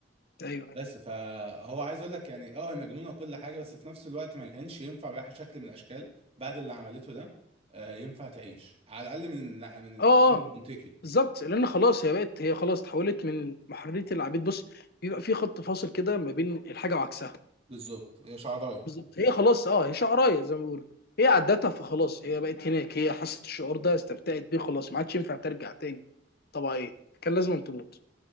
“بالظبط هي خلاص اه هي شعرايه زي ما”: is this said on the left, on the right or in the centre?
Left